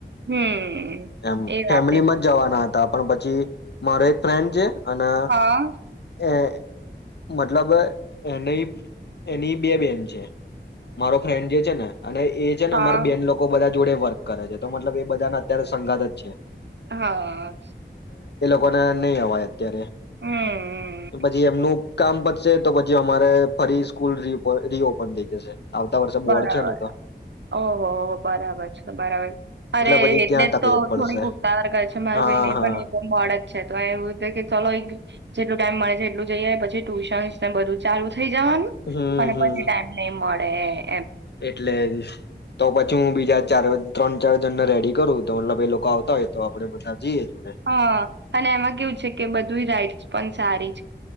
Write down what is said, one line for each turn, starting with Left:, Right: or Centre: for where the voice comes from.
Right: હમ
Left: એમ
Right: એ
Left: ફેમિલીમાં
Right: વાતે છે
Left: જ જવાના હતા. પણ પછી મારો એક ફ્રેન્ડ છે અને
Right: હા
Left: એ મતલબ એની એની બે બેન છે. મારો ફ્રેન્ડ જે છે ને અને એ છે ને
Right: હા
Left: મારે બેન લોકો બધા જોડે વર્ક કરે છે, તો મતલબ એ બધાને અત્યારે સઘાત જ છે
Right: હા
Left: કોને નહી અવા અત્યારે
Right: હમ
Left: પછી એમનું કામ પતશે તો જે અમારે ફરી સ્કૂલ રીઓપન થઈ જશે, આવતા વર્ષે બોર્ડ
Right: બરાબર
Left: છે ને તો
Right: ઓહો હો બરાબર છે બરાબર અરે એટલે
Left: પછી ત્યાં
Right: જ
Left: તકલીફ
Right: તો
Left: પડશે
Right: થોડીક ઉતાર કર છે મારા
Left: હા
Right: ભાઈને
Left: હા
Right: પણ એ મળ જ છે, તો એવું કે ચલો એક જેટલું ટાઈમ મળે છે એટલું જઈએાય પછી ટ્યુશનસ ને બધું ચાલુ, થઈ જવાનું
Left: હમ
Right: અને
Left: હમ
Right: પછી ટાઈમ નઈ મળે <unintelligible>
Left: એટલે તો પછી હું બીજા ચાર ત્રણ ચાર જણને રેડી કરું, તો બે લોકો આવતા હોય તો આપે બધા જઈએ જોડે
Right: હ અને એમાં કેવું છે કે બધું રાઈટ પનચારી